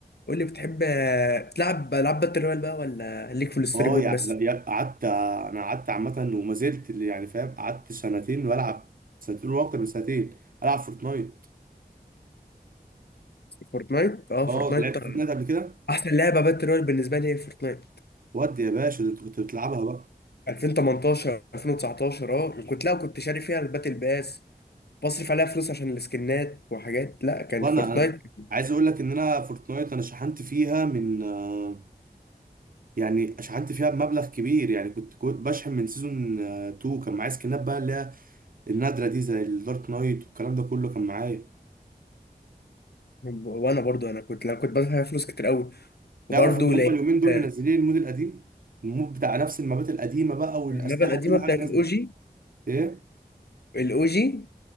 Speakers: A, on the left; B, on the right.
A: قول لي بتحب آه، تلعب العاب باتل رويال بقى ولا ليك في الستوري
B: اه
A: مود
B: يع-
A: بس
B: لا، يا- قعدت انا قعدت عامه وما زلت اللي يعني فاهم قعدت سنتين بلعب سنتين واكتر من سنتين العب فورتنايت
A: فورتنايت اه
B: اه
A: فورتنايت
B: لعبت
A: طبعا
B: فورتنايت قبل كده
A: احسن لعبه باتل رويال بالنسبه لي هي فورتنايت
B: ودي يا باشا ده انت كنت بتلعبها بقى
A: 2018 2019 اه وكنت لا كنت شاري فيها الباتل باس بصرف عليها فلوس عشان السكنات وحاجات لا كان
B: وانا
A: فورتنايت
B: انا
A: <laughs>
B: عايز اقول لك ان انا فورتنايت انا شحنت فيها من آه، يعني شحنت فيها بمبلغ كبير يعني كنت كنت بشحن من سيزون 2 كان معايا سكنات بقى اللي هي النادرة دي زي الدارك نايت والكلام ده كله كان معايا
A: وانا برضو انا كنت لا كنت بدفع فيها فلوس كتير قوي
B: تعرف
A: وبرضو
B: ان هم
A: لقيت
B: اليومين دول
A: آه،
B: منزلين المود القديم المود بتاع نفس المابات القديمة بقى والأسلحة
A: المابا القديمه
B: وكل
A: بتاعت
B: حاجة نازلة
A: الاوجي
B: ايه
A: الاوجي